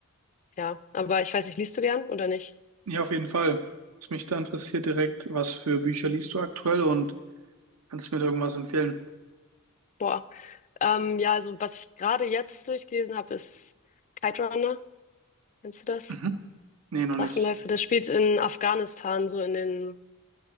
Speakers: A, on the left; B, on the right.
A: ja. Aber ich weiß nicht, liest du gern oder nicht?
B: Ja, auf jeden Fall. Was mich da interessiert direkt, was für Bücher liest du aktuell und kannst du mir da irgendwas empfehlen?
A: Boah. Ähm, ja, also was ich gerade jetzt durchgelesen habe, ist Kite Runner. Kennst du das?
B: Mhm. Nee, noch
A: Drachenläufe.
B: nicht.
A: Das spielt in Afghanistan, so in den